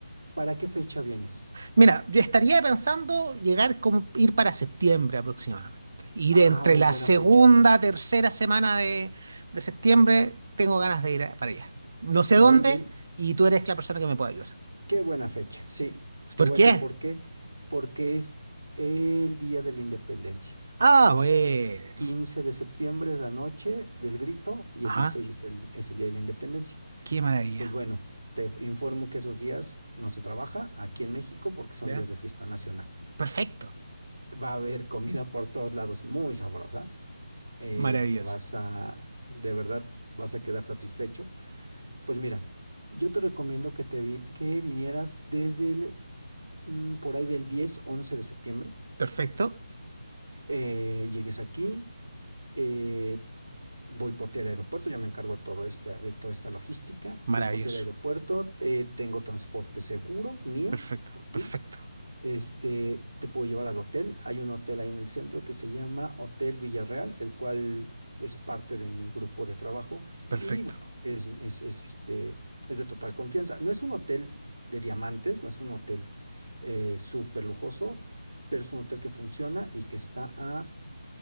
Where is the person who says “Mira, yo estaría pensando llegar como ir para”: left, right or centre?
Right